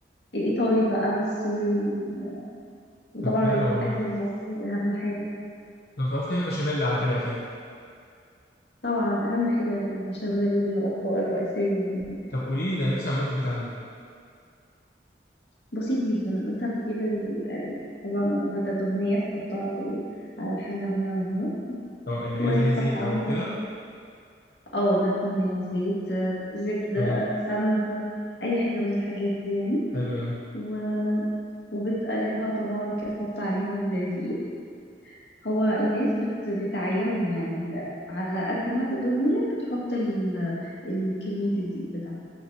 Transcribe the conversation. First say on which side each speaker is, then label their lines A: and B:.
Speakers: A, on the left (about 75°); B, on the left (about 60°).
A: الإيطالي بقى والسوري وال... وطبعا
B: طب حلو
A: الأكل
B: والله
A: المصري أهم حاجة
B: طب بتعرفي تعملي بشاميل على كده اكيد
A: طبعا أهم حاجة البشاميل من الأطباق الرئيسية يعني
B: طب قولي لي ده نفسي اعمله في البيت عندي
A: بسيط جدا انت بتجيب ال... ال- طبعا المادة الدهنية تحطها في ال... على الحلة وهي على النار
B: اه اللي
A: وتحط
B: هي زي زيت
A: عليها
B: او كده
A: اه المادة الدهنية زيت آه، زبدة
B: اه
A: سمنة أي حاجة من الحاجات دي يعني
B: حلو قوي
A: و... وبتقلبها طبعا كده تحط عليها الدقيق هو الناس بت... بتعايرهم يعني ال- على قد المادة الدهنية بتحط ال... الكمية الدقيق بتاعتها